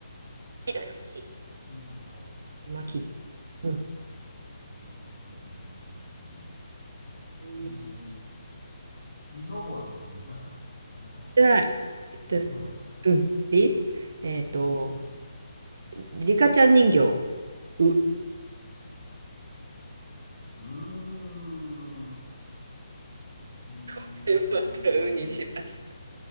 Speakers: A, on the right; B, on the left.
A: 木だよ、木。
B: き、き、き、はい。
A: うまき。うん。
B: き、き、き、き、き、き、き、き、き、き、
A: 言っ
B: き、木登りって言いましたっけ出てないか、
A: てない。
B: まだ。
A: 言ってない。
B: じゃあ、木登
A: うん。りえーと、
B: り。<laughs> 木
A: リカちゃん人形。う。
B: うー、うー、
A: <laughs> またうにしました。